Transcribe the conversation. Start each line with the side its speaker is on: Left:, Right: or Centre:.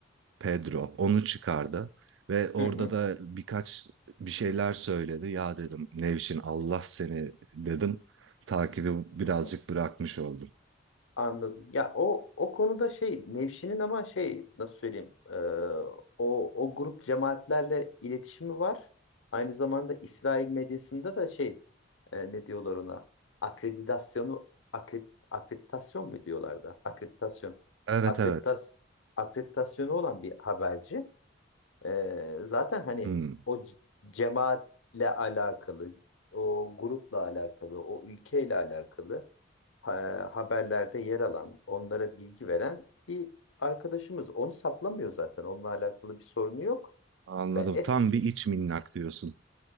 Right: Pedro onu çıkardı. Ve orada
Left: hı hı.
Right: da birkaç bir şeyler söyledi. Ya dedim Nevşin Allah seni dedim. Takibi birazcık
Left: hı.
Right: bırakmış oldum.
Left: Anladım. Ya o o konuda şey Nevşin'in ama şey nasıl söyleyeyim e, o o grup cemaatlerle iletişimi var. Aynı zamanda İsrail medyasında da şey e, ne diyorlar ona akreditasyonu akre, akreditasyon mu diyorlardı? Akreditasyon.
Right: Evet
Left: Akreditas
Right: evet.
Left: akreditasyonu olan bir haberci. E, zaten hani
Right: Hmm.
Left: o c- cemaatle alakalı, o grupla alakalı, o ülkeyle alakalı ha- haberlerde yer alan, onlara bilgi veren bir arkadaşımız. Onu saklamıyor zaten. Onunla alakalı bir sorunu yok.
Right: Anladım.
Left: Ben eski
Right: Tam bir iç minnak diyorsun.